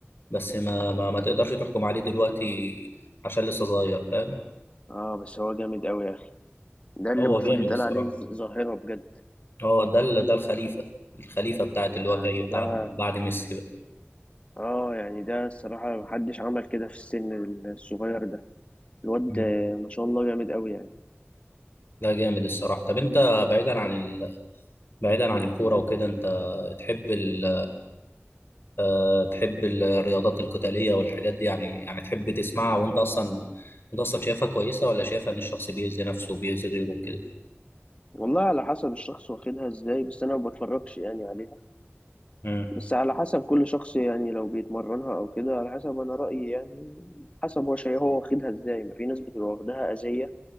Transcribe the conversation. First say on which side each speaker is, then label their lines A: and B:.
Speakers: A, on the left (about 55°); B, on the left (about 25°).
A: بس ما ما, ما تقدرش تحكم عليه دلوقتي عشان لسه صغير فاهم
B: آه بس هو جامد أوي يا أخي ده اللي
A: هو
B: المفروض
A: جامد
B: يتقال
A: الصراحة
B: عليه ظ- ظاهرة بجد
A: هو ده ال- ده الخليفة الخليفة بتاعت اللي
B: يعني
A: هو جاي بتاع
B: ده
A: بعد ميسي بقى
B: آه يعني ده الصراحة محدش عمل كده في السن الصغير ده الواد
A: مم.
B: ما شاء الله جامد أوي يعني
A: ده جامد الصراحة طب انت بعيدا عن ال... بعيدا عن الكورة وكده انت تحب ال... آه، تحب الرياضات القتالية والحاجات دي يعني يعني تحب تسمعها وانت اصلا انت اصلا شايفها كويسة ولا شايفها ان الشخص بيأذي نفسه وبيأذي غيره وكده
B: والله على حسب الشخص واخدها ازاي بس انا ما بتفرجش يعني عليها
A: مم.
B: بس على حسب كل شخص يعني لو بيتمرنها او كده على حسب انا رأيي يعني حسب هو شيء هو واخدها ازاي ما في ناس بتبقى واخدها أذية